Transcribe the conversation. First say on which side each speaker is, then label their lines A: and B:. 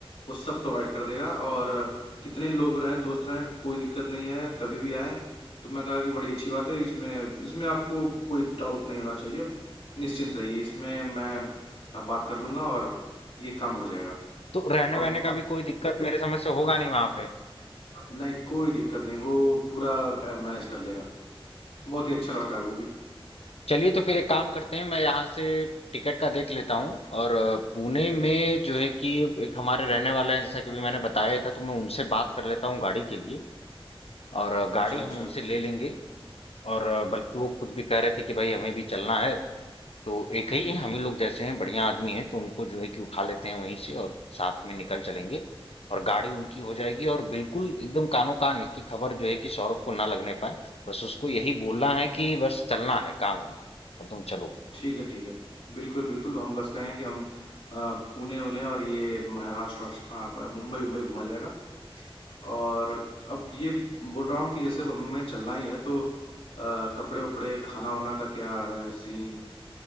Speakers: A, on the left (about 70°); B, on the left (about 80°).
A: वो सब प्रोवाइड कर देगा और कितने लोग रहें, दोस्त रहें, कोई दिक्कत नहीं है, कभी भी आएँ। तो मैं कहा कि बड़ी अच्छी बात है, इसमें इसमें आपको कोई डाउट नहीं होना चाहिए, निश्चिंत रहिए, इसमें मैं अ, बात कर लूँगा और ये काम हो जाएगा।
B: तो रहने
A: अब
B: वहने का भी कोई दिक्कत मेरे समझ से होगा नहीं वहां पे
A: नहीं, कोई दिक्कत नहीं, वो पूरा अ, मैनेज कर लेगा। बहुत ही अच्छा लड़का है वो भी।
B: चलिए तो फिर एक काम करते हैं मैं यहाँ से टिकट का देख लेता हूँ और अ, पुणे में जो है कि एक हमारे रहने वाले हैं जैसा कि भी मैंने बताया था तो मैं उनसे बात कर लेता हूँ गाड़ी के लिए और अ, गाड़ी
A: अच्छा, अच्छा।
B: हम उनसे ले लेंगे और अ, बल्कि वो खुद भी कह रहे थे कि भाई हमें भी चलना है तो एक ही है हम ही लोग जैसे हैं बढ़िया आदमी हैं तो उनको जो है कि उठा लेते हैं वहीं से और साथ में निकल चलेंगे और गाड़ी उनकी हो जाएगी और बिल्कुल एकदम कानो कान इसकी खबर जो है कि सौरभ को ना लगने पाए बस उसको यही बोलना है कि बस चलना है काम है अब तुम चलो
A: ठीक है, ठीक है। बिल्कुल, बिल्कुल हम बस कहें कि हम अ, पुणे-ऊने और ये महाराष्ट्र वास अ, ब मुंबई-उम्बई घुमा जाएगा। और अब ये बोल रहा हूँ कि जैसे अब हमें चलना ही है तो अ, कपड़े-वपड़े, खाना-वाना का क्या है सीन?